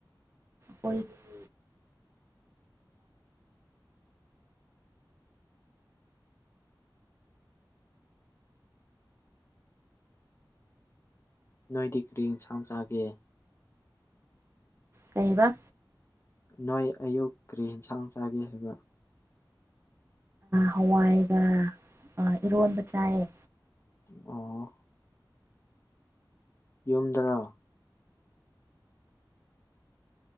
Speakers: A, on the right (about 30°); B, on the left (about 35°).
A: ꯑꯣꯏꯣꯏ
B: ꯅꯣꯏꯗꯤ ꯀꯔꯤ ꯌꯦꯟꯁꯥꯡ ꯆꯥꯒꯦ
A: ꯀꯩꯕ
B: ꯅꯣꯏ ꯑꯌꯨꯛ ꯀꯔꯤ ꯌꯦꯟꯁꯥꯡ ꯆꯥꯒꯦ ꯍꯥꯏꯕ
A: ꯍꯋꯥꯏꯒ ꯏꯔꯣꯟꯕ ꯆꯥꯏꯌꯦ
B: ꯑꯣ ꯌꯨꯝꯗꯅ